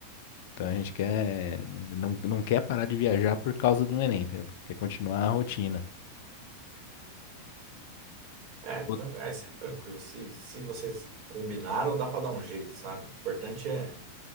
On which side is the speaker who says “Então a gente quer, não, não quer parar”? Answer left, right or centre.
Left